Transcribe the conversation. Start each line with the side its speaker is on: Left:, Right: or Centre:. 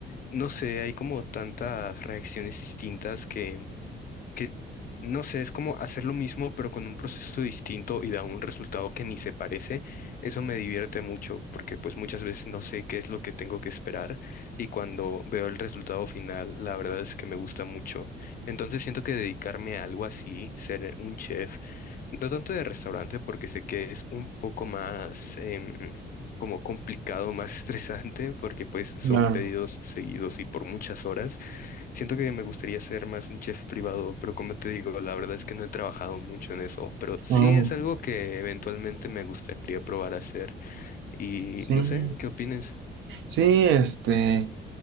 Left: no sé, hay como tantas reacciones distintas que, que, no sé, es como hacer lo mismo, pero con un proceso distinto y da un resultado que ni se parece. Eso me divierte mucho, porque pues muchas veces no sé qué es lo que tengo que esperar y cuando veo el resultado final, la verdad es que me gusta mucho. Entonces siento que dedicarme a algo así, ser un chef, no tanto de restaurante porque sé que es un poco más em, como complicado, más <laughs> estresante porque pues son
Right: Claro.
Left: pedidos seguidos y por muchas horas. Siento que me gustaría ser más un chef privado, pero como te digo, la verdad es que no he trabajado mucho en eso, pero sí
Right: Oh,
Left: es algo que eventualmente me gustaría probar a hacer y
Right: sí.
Left: no sé, ¿qué opinas?
Right: Sí, este.